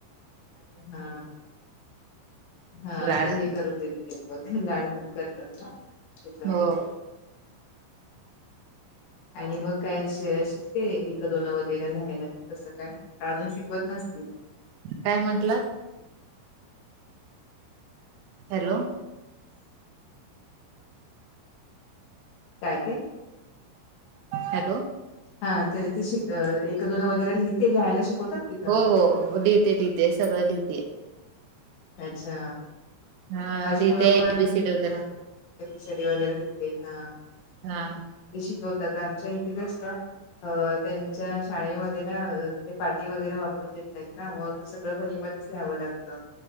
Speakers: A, on the left; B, on the right.
A: हा हा
B: लाड
A: ते हे करू देत वगैरे लाड खूप करतात ना त्याच्यामुळे
B: हो
A: आणि मग काय शिकते एक दोन वगैरे लिहायला की कसं काय अजून शिकवत नसतील
B: काय म्हंटल हॅलो
A: काय ते
B: हॅलो
A: हा ते ते शिक एक दोनं वगैरे लिह ते लिहायला शिकवतात तिथं
B: हो हो हिते दिते सगळं लहिते
A: अच्छा
B: हा
A: माझी
B: लिहिते
A: मुलं पण
B: एबीसीडी वगैरे
A: ह शडी वगैरे घे हा
B: हा
A: ते शिकवतात आमच्या हिकस का अ त्यांच्या शाळेमध्ये ना ते पाटी वगैरे वापरून देत नाहीत ना मग सगळं बहीमध्येच लिवं लागत